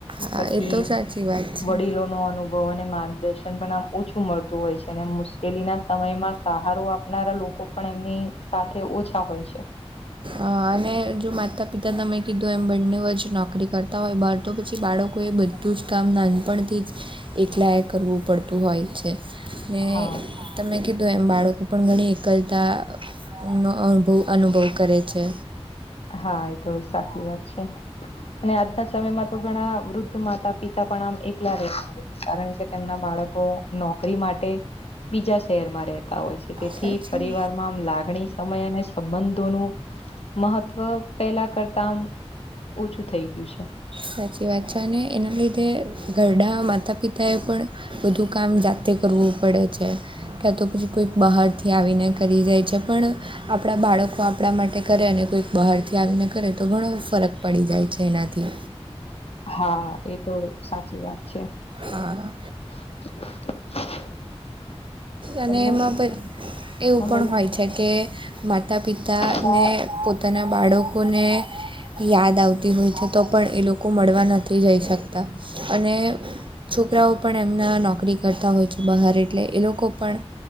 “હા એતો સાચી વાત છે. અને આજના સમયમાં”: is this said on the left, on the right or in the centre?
Left